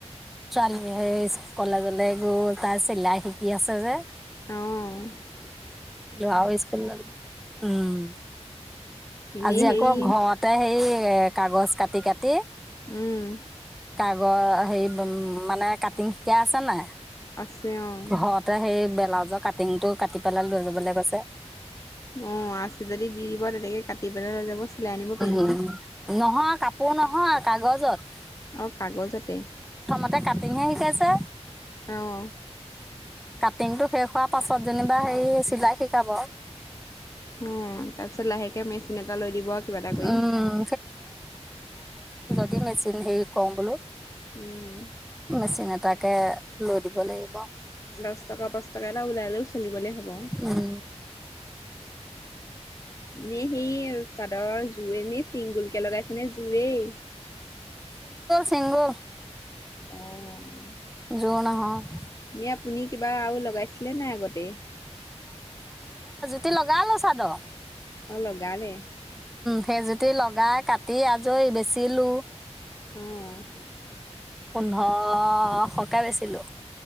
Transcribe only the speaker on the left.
অঁ।
এনেই
হেৰি
উম।
আছে অ
অঁ আছে যদি দি দিব, তেনেকে কাটি পেলাই লৈ যাব চিলায় আনিব
পাৰিব
অঁ কাগজতে।
অঁ।
ওম' তাৰপিছত লাহেকে মেচিন এটা লৈ দিব আৰু কিবা এটা কৰি।
উম
দছ টকা পাঁচ টকা এটা ওলালে'ও চলি চলিবলে হব।
এনে সেই চাদৰ জোৰে এনে চিংগুলকে লগাইছে ন জোৰেই?
অঁ।
এনে আপুনি কিবা আৰু লগাইছিলে নাই আগতে?
অল <unintelligible> গানে
অ'